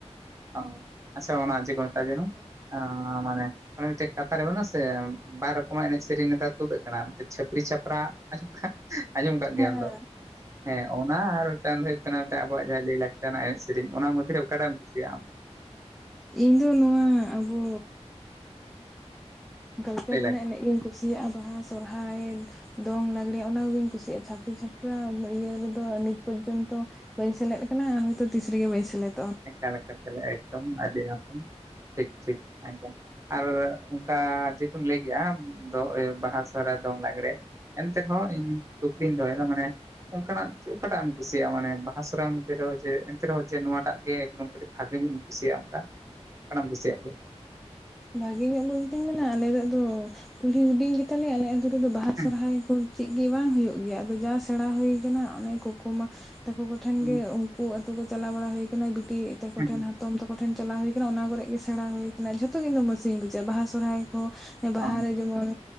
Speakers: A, on the right; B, in the centre.
A: ᱚ ᱟᱪᱪᱷᱟ ᱚᱱᱟ ᱪᱮᱫ ᱠᱚ ᱢᱮᱛᱟᱜ ᱜᱮᱭᱟ ᱠᱚ ᱚᱸ ᱢᱟᱱᱮ᱾ ᱚᱱᱮ ᱢᱤᱫᱴᱮᱡ ᱠᱟᱛᱷᱟ ᱵᱟᱹᱱᱩᱜᱼᱟ ᱥᱮ ᱵᱟᱨ ᱨᱚᱠᱚᱢᱟᱜ ᱮᱱᱮᱡ ᱥᱮᱨᱮᱧ ᱱᱮᱛᱟᱨ ᱛᱩᱫ ᱟᱠᱟᱱᱟ ᱢᱤᱫᱴᱮᱡ ᱪᱟᱹᱯᱨᱤ ᱪᱟᱹᱯᱨᱟ <inaudible> ᱟᱸᱡᱚᱢ ᱟᱠᱟᱫ
B: ᱦᱮᱸ
A: ᱜᱮᱭᱟᱢ ᱛᱚ ᱦᱮᱸ ᱚᱱᱟ ᱟᱨ ᱦᱩᱭᱩᱜ ᱠᱟᱱᱟ ᱟᱵᱚᱣᱟᱜ ᱢᱟᱦᱟᱸᱞᱟᱹᱭ ᱞᱟᱠᱪᱟᱨ ᱮᱱᱮᱡ ᱥᱮᱨᱮᱧ ᱚᱱᱟᱚᱫᱽᱫᱷᱮ ᱨᱮ ᱚᱠᱟᱴᱟᱜ ᱮᱢ ᱠᱩᱥᱤᱭᱟᱜᱼᱟᱢ
B: ᱤᱧ ᱫᱚ ᱱᱚᱶᱟ ᱟᱵᱚ᱾ ᱠᱟᱞᱪᱟᱨ
A: ᱞᱟᱹᱭ
B: ᱨᱮᱱᱟᱜ
A: ᱞᱟᱠ
B: ᱮᱱᱮᱡ ᱜᱤᱧ ᱠᱩᱥᱤᱭᱟᱜᱼᱟ ᱵᱟᱦᱟ ᱥᱚᱨᱦᱟᱭ᱾ ᱫᱚᱝ ᱞᱟᱜᱽᱲᱮ ᱚᱱᱟ ᱠᱚᱜᱤᱧ ᱠᱩᱥᱤᱭᱟᱜᱼᱟ ᱪᱷᱟᱯᱨᱤ ᱪᱷᱟᱯᱨᱟ ᱤᱭᱟᱹ ᱨᱮᱫᱚ ᱱᱤᱛ ᱯᱚᱨᱡᱚᱱᱛᱚ᱾ ᱵᱟᱹᱧ ᱥᱮᱞᱮᱫ ᱟᱠᱟᱱᱟ ᱦᱳᱭᱛᱳ ᱛᱤᱥ ᱨᱮᱜᱮ ᱵᱟᱹᱧ ᱥᱮᱞᱮᱫ᱾
A: <inaudible> ᱮᱫᱚᱢ ᱟᱫ ᱪ ᱪᱫᱚᱢ <inaudible> ᱟᱨ ᱚᱱᱠᱟ ᱡᱮᱫ ᱠᱚᱢ ᱞᱟᱹᱭ ᱠᱮᱫᱼᱟ ᱵᱟᱦᱟ ᱥᱚᱨᱦᱟᱭ ᱫᱚᱝ ᱞᱟᱜᱽᱲᱮ᱾ ᱮᱱᱛᱮ ᱨᱮᱦᱚᱸ ᱤᱧ ᱠᱩᱩᱠᱞᱤᱧ ᱫᱚᱦᱚᱭᱮᱫᱟ ᱢᱟᱱᱮ᱾ ᱚᱱᱠᱟᱱᱟᱜ ᱚᱠᱟᱴᱟᱜ ᱮᱢ ᱠᱩᱥᱤᱭᱟᱜᱼᱟ ᱢᱟᱱᱮ ᱵᱟᱦᱟ ᱥᱚᱨᱚᱨᱟᱭ ᱢᱚᱫᱽᱫᱷᱮ ᱨᱮᱚᱸ ᱡᱮ ᱮᱱᱛᱮ ᱨᱮᱦᱚᱸ ᱡᱮ ᱱᱚᱣᱟᱴᱟᱜ ᱜᱮ ᱮᱠᱫᱚᱢ ᱠᱟᱹᱴᱤᱡ ᱵᱷᱟᱜᱮ ᱧᱚᱜ ᱤᱧ ᱠᱩᱥᱤᱭᱟᱜᱼᱟ ᱚᱱᱠᱟ ᱚᱠᱟᱴᱟᱜ ᱮᱢ ᱠᱩᱥᱤᱭᱟᱜ ᱜᱮᱭᱟ᱾
B: ᱵᱷᱟᱜᱮ ᱧᱚᱜ ᱵᱚᱞᱛᱤᱧ ᱢᱮᱱᱟ ᱟᱞᱮ ᱫᱚ ᱠᱩᱞᱦᱤ ᱦᱩᱰᱤᱧ ᱜᱮᱛᱟᱞᱮᱭᱟ ᱟᱞᱮᱭᱟᱜ ᱫᱚ ᱟᱯᱮ ᱫᱚ ᱵᱟᱦᱟ
A: ᱦᱮᱸ
B: ᱥᱚᱨᱦᱟᱭ ᱠᱚ ᱪᱮᱫ ᱜᱮ ᱵᱟᱝᱳᱭᱳᱜᱼᱟ᱾ ᱡᱟ ᱥᱮᱲᱟᱟ ᱦᱩᱭ ᱟᱠᱟᱱᱟ ᱚᱱᱮ ᱠᱩᱠᱩᱢᱟ ᱛᱟᱠᱚ ᱠᱚᱴᱷᱮᱱ
A: ᱦᱮᱸ
B: ᱜᱮ <inaudible> ᱠᱚ ᱪᱟᱞᱟᱣ ᱵᱟᱲᱟ ᱦᱩᱭ ᱟᱠᱟᱱᱟ ᱵᱤᱴᱤ ᱛᱟᱠᱚ
A: ᱦᱮᱸ
B: ᱴᱷᱮᱱ ᱦᱟᱛᱚᱢ ᱛᱟᱠᱚ ᱴᱷᱮᱱ ᱪᱟᱞᱟᱣ ᱦᱩᱭ ᱟᱠᱟᱱᱟ ᱚᱱᱟ ᱠᱚᱨᱮᱜ ᱜᱮ ᱥᱮᱬᱟ ᱦᱩᱭ ᱟᱠᱟᱱᱟᱟᱱᱟ ᱡᱷᱚᱛᱚ᱾ ᱡᱚᱛᱚ ᱤᱧ ᱫᱚ ᱢᱚᱡ ᱤᱧ ᱵᱩᱡᱷᱟᱼᱟ ᱵᱟᱦᱟ ᱥᱚᱨᱦᱟᱭ ᱠᱚ ᱵᱟᱦᱟᱨᱮ
A: ᱚ
B: ᱡᱮᱢᱚᱱᱻ